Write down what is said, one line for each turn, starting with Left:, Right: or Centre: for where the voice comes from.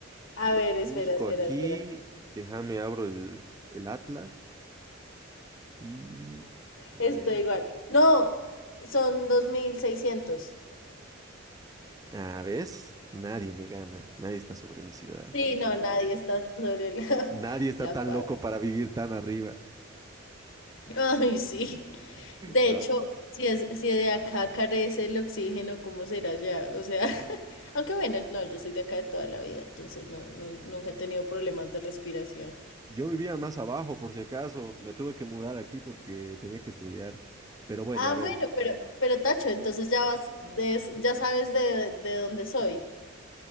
Left: A
Right: yo
Left: ver,
Right: busco
Left: espera, espera,
Right: aquí.
Left: espera.
Right: Déjame abro el, el Atlas y... A
Left: Estoy
Right: ver.
Left: igual. No, son dos mil seiscientos
Right: A ¿ves? Nadie me gana. Nadie está sobre mi ciudad.
Left: Sí, no, nadie está sobre la, <laughs>
Right: Nadie está
Left: la
Right: tan
Left: paz.
Right: loco para vivir tan arriba. <laughs>
Left: Ay, sí. De
Right: No.
Left: hecho, si es, si de acá carece el oxígeno, ¿cómo será ya? O sea, <laughs> aunque bueno, no, yo soy de acá de toda la vida, entonces no, no, nunca he tenido problemas de respiración.
Right: Yo vivía más abajo, por si acaso. Me tuve que mudar aquí porque tenía que estudiar. Pero bueno,
Left: Ah,
Right: a ver.
Left: bueno, pero, pero Tacho, entonces ya vas, des- ya sabes de, de dónde soy.